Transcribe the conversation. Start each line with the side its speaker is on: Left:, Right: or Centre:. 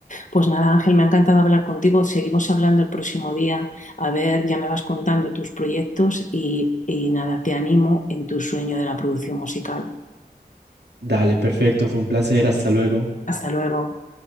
Left: Pues nada, Ángel, me ha encantado hablar contigo. Seguimos hablando el próximo día. A ver, ya me vas contando tus proyectos y, y nada, te animo en tu sueño de la producción musical.
Right: Dale, perfecto, fue un placer, hasta luego.
Left: Hasta luego.